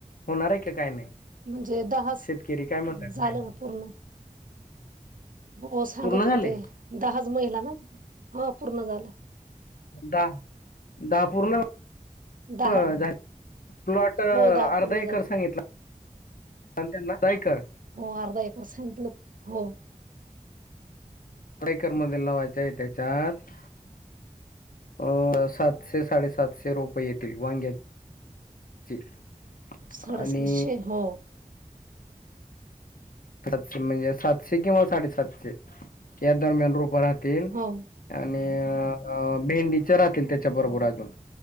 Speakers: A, on the left; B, on the right.
A: होणार आहे का काय नाही
B: म्हणजे दहा
A: शेतकरी काय म्हणतात
B: झालं
A: महिला
B: ना पूर्ण हो सांगत
A: पूर्ण झाले
B: होते दहाच महिला ना हा पूर्ण झाले
A: दहा दहा पूर्ण
B: दहा
A: झा प्लॉट अर्धा
B: हो दहा पूर्ण
A: एकर
B: झाला
A: सांगितला आणि त्यांना जाय कर
B: हो अर्धा एकाच सांगितलं हो
A: आईकर मध लावायच्याय त्याच्यात अ सातशे साडेसातशे रुपये येतील वांग्या <unintelligible>
B: साडेसातशे
A: आणि
B: हो
A: सातशे म्हणजे सातशे किंवा साडेसातशे या दरम्यान रोप राहतील
B: हो
A: आणि भेंडीच्या राहतील त्याच्या बरोबर अजून